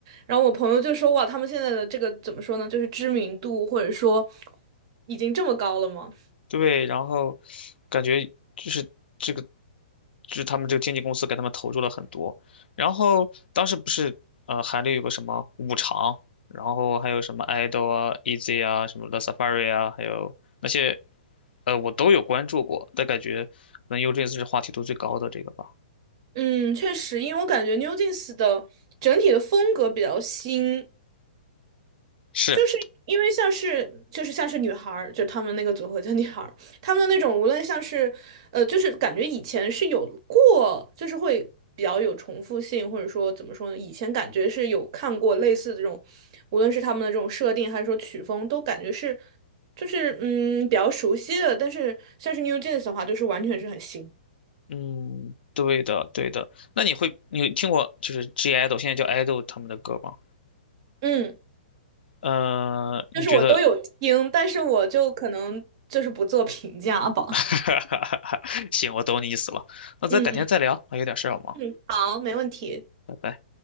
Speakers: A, on the right; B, on the left.
A: 然后我朋友就说，哇，他们现在的这个怎么说呢，就是知名度或者说已经这么高了吗？
B: 对，然后感觉就是这个，就是他们这个经纪公司给他们投入了很多。然后当时不是呃，韩流有个什么五常，然后还有什么 idol 啊、EZ 啊、什么 The Safari 啊，还有那些呃，我都有关注过，但感觉可能 UJS 是话题度最高的这个吧。
A: 嗯，确实，因为我感觉 NewJeans 的整体的风格比较新，
B: 是，
A: 就是因为像是就是像是女孩儿，就他们那个组合叫女孩儿，他们那种无论像是呃，就是感觉以前是有过，就是会比较有重复性，或者说怎么说呢？以前感觉是有看过类似的这种，无论是他们的这种设定还是说曲风，都感觉是就是嗯比较熟悉的。但是像是 New Jeans 的话，就是完全是很新，
B: 嗯，对的，对的。那你会你有听过就是 G idol 现在叫 idol 他们的歌吗？
A: 嗯，
B: 呃，你觉得
A: 就是我都有听，但是我就可能就是不做评价吧。
B: <laughs> 哈，行，我懂你意思了。那咱改天再聊，
A: <laughs> 嗯
B: 我有点事儿要忙，
A: 嗯，好，没问题。
B: 拜拜。